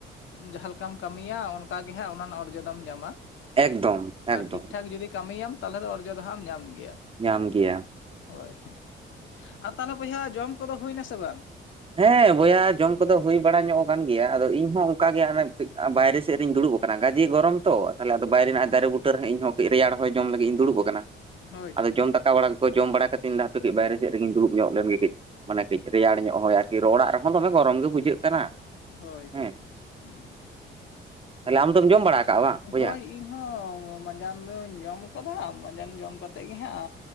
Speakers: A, on the left; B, on the right.
A: ᱡᱟᱦᱟᱸ ᱞᱮᱠᱟᱢ ᱠᱟᱹᱢᱤᱭᱟ ᱚᱱᱠᱟᱜᱮ ᱦᱟᱸᱜ ᱚᱱᱟ ᱨᱮᱱᱟᱜ ᱚᱨᱡᱚ ᱫᱚᱢ ᱧᱟᱢᱟ
B: ᱮᱠᱫᱚᱢ ᱮᱠᱫᱚᱢ
A: ᱴᱷᱤᱠ ᱴᱷᱟᱠ ᱡᱩᱫᱤ ᱠᱟᱹᱢᱤᱭᱟᱢ ᱛᱟᱦᱚᱞᱮ ᱫᱚ ᱚᱨᱡᱚ ᱫᱚ ᱦᱟᱸᱜ ᱟᱢ ᱧᱟᱢ ᱜᱮᱭᱟ
B: ᱧᱟᱢ ᱜᱮᱭᱟ
A: ᱦᱳᱭ ᱦᱳᱭ ᱟᱨ ᱛᱟᱦᱚᱞᱮ ᱵᱚᱭᱦᱟ ᱡᱚᱢ ᱠᱚᱫᱚ ᱦᱩᱭ ᱮᱱᱟᱥᱮ ᱵᱟᱝ
B: ᱦᱮᱸ ᱵᱚᱭᱦᱟ ᱡᱚᱢ ᱠᱚᱫᱚ ᱦᱩᱭ ᱵᱟᱲᱟ ᱧᱚᱜ ᱟᱠᱟᱱ ᱜᱮᱭᱟ ᱟᱫᱚ ᱤᱧ ᱦᱚᱸ ᱚᱝᱠᱟ ᱜᱮ ᱦᱟᱱᱮ ᱠᱟᱹᱡ ᱵᱟᱭᱨᱮ ᱥᱮᱜ ᱨᱤᱧ ᱫᱩᱲᱩᱵ ᱟᱠᱟᱱᱟ ᱜᱟᱹᱡᱮ ᱜᱚᱨᱚᱢ ᱛᱚ ᱛᱟᱦᱚᱞᱮ ᱟᱫᱚ ᱵᱟᱭᱨᱮ ᱱᱟᱜ ᱫᱟᱨᱮ ᱵᱩᱴᱟᱹ ᱨᱮᱦᱚᱸ ᱤᱧ ᱦᱚᱸ ᱠᱟᱹᱡ ᱨᱮᱭᱟᱲ ᱦᱚᱭ ᱡᱚᱢ ᱞᱟᱹᱜᱤᱫ ᱤᱧ ᱫᱩᱲᱩᱵ ᱟᱠᱟᱱᱟ
A: ᱦᱳᱭ
B: ᱟᱫᱚ
A: ᱦᱳᱭ
B: ᱡᱚᱢ ᱫᱟᱠᱟ ᱵᱟᱲᱟ ᱡᱚᱢ ᱵᱟᱲᱟ ᱠᱟᱛᱤᱱ ᱦᱟᱯᱮ ᱠᱟᱹᱡ ᱵᱟᱭᱨᱮ ᱥᱮᱫ ᱨᱮᱜᱤᱧ ᱫᱩᱲᱩᱵ ᱧᱚᱜ ᱞᱮᱱ ᱜᱮ ᱠᱟᱹᱡ ᱢᱟᱱᱮ ᱠᱟᱹᱡ ᱨᱮᱭᱟᱲ ᱧᱚᱜ ᱦᱚᱭ ᱟᱨ ᱚᱲᱟᱜ ᱨᱮᱦᱚᱸ ᱫᱚᱢᱮ ᱜᱚᱨᱚᱢ ᱜᱮ ᱵᱩᱡᱷᱟᱹᱜ ᱠᱟᱱᱟ
A: ᱦᱳᱭ ᱦᱳᱭ
B: ᱦᱮᱸ
A: ᱦᱩᱸ
B: ᱛᱟᱦᱚᱞᱮ ᱟᱢ ᱫᱚᱢ ᱡᱚᱢ ᱵᱟᱲᱟ ᱟᱠᱟᱜᱼᱟ ᱵᱟᱝ ᱵᱚᱭᱦᱟ
A: ᱦᱳᱭ ᱤᱧ ᱦᱚᱸ ᱢᱟᱸᱡᱟᱱ ᱫᱚᱧ ᱡᱚᱢ ᱟᱠᱟᱫᱟ ᱢᱟᱡᱟᱱ ᱡᱚᱢ ᱠᱟᱛᱮᱜ ᱜᱮ ᱦᱟᱸᱜ